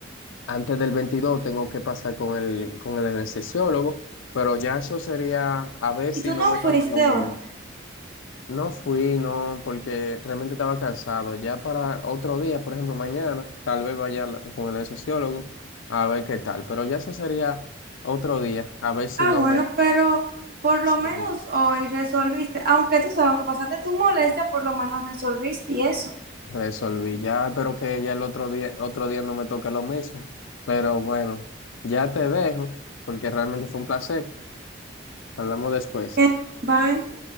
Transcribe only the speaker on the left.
antes del 22 tengo que pasar con el, con el anestesiólogo, pero ya eso sería a ver
si
no
me toca
lo mismo.
No fui, no, porque realmente estaba cansado. Ya para otro día, por ejemplo, mañana, tal vez vaya al- con el sociólogo a ver qué tal. Pero ya eso sería otro día, a ver si
no
me
sí,
resolví. Ya espero que ya el otro día, otro día no me toque lo mismo. Pero bueno, ya te dejo, porque realmente fue un placer. Hablamos después.